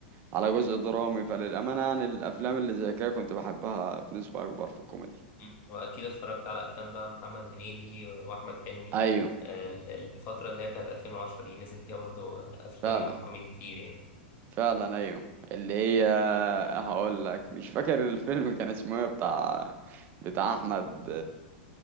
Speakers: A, on the right; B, on the left.
A: على جزء درامي فللأمانة يعني الأفلام اللي زي كده كنت بحبها بنسبة أكبر في الكوميدي
B: مم. واكيد اتفرجت على افلام بقى محمد هنيدي واحمد حلمي
A: أيوه
B: آه، ال- الفتره اللي هي بتاعت 2010 دي نزل فيها برضو آه، افلام
A: فعلا
B: كوميدي كتير يعني
A: فعلا أيوه اللي هي هقول لك مش فاكر الفيلم كان اسمه إيه بتاع بتاع أحمد